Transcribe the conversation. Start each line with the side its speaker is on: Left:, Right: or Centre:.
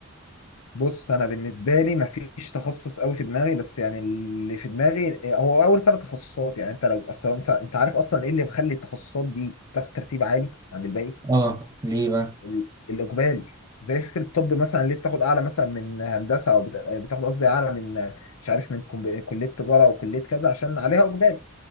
Left: بص انا بالنسبه لي مفيش تخصص قوي في دماغي بس يعني اللي في دماغي هو اول ثلاث تخصصات يعني انت لو اصلا انت انت عارف اصلا ايه اللي مخلي التخصصات دي تاخد ترتيب عالي عن الباقي
Right: آه ليه بقى
Left: ال- الاقبالي زي فكره الطب مثلا ليه بتاخد اعلى مثلا من هندسه او بت- بتاخد قصدي اعلى من مش عارف من كم- كليه تجاره او كليه كذا عشان عليها اقبال